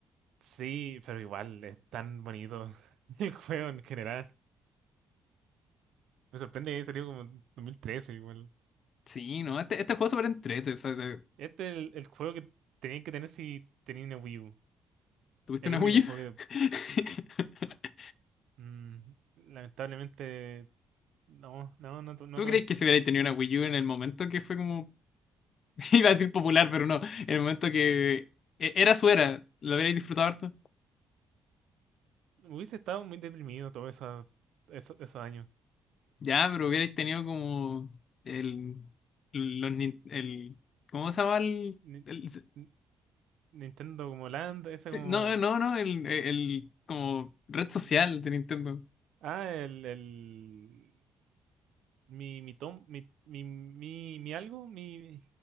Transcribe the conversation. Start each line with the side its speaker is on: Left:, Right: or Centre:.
Right: Sí, pero igual es tan bonito <laughs> el juego en general. Me sorprende que haya salido como en 2013 igual.
Left: Sí, ¿no? Este, este juego es súper entrete, o sea, te-
Right: Este es el, el juego que tenían que tener si tenían una Wii U.
Left: ¿Tuviste
Right: El
Left: una
Right: único
Left: Wii
Right: juego
Left: U?
Right: que
Left: <laughs>
Right: mm, lamentablemente no, no, no, tu- no
Left: ¿Tú
Right: tuve.
Left: crees que si hubierais tenido una Wii U en el momento que fue como... <laughs> Iba a decir popular, pero no. En el momento que... e- Era su era. ¿Lo hubierais disfrutado harto?
Right: Hubiese estado muy deprimido todos esos eso, esos años.
Left: Ya, pero hubierais tenido como... El... Los, nin- el ¿Cómo se llama el...?
Right: Ni-
Left: el-
Right: Ni- Nintendo como Land, esa
Left: Sí,
Right: como...
Left: No, no, no, el, el como red social de Nintendo.
Right: Ah, el... el... Mi, mi tom, mi, mi, mi, mi algo, mi,